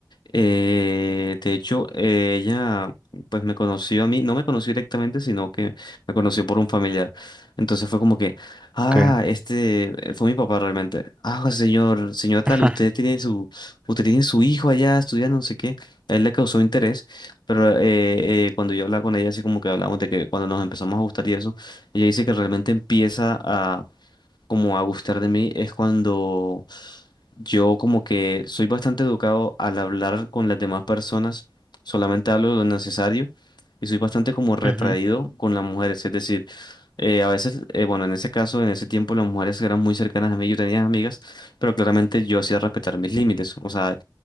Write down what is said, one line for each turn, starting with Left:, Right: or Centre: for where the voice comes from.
Left: eh, de hecho, eh, ella pues me conoció a mí, no me conoció directamente, sino que me conoció por un familiar. Entonces fue como que, ah,
Right: ok,
Left: este eh, fue mi papá realmente. Ah, señor, señora tal,
Right: <laughs>
Left: usted tiene su, usted tiene su hijo allá estudiando, no sé qué. A él le causó interés, pero eh, eh, cuando yo hablaba con ella, así como que hablábamos de que cuando nos empezamos a gustar y eso, ella dice que realmente empieza a como a gustar de mí es cuando yo como que soy bastante educado al hablar con las demás personas, solamente hablo de lo necesario y soy bastante como retraído
Right: ujú,
Left: con las mujeres, es decir, eh, a veces, eh, bueno, en ese caso, en ese tiempo las mujeres eran muy cercanas a mí, yo tenía amigas, pero claramente yo hacía respetar mis límites, o sea,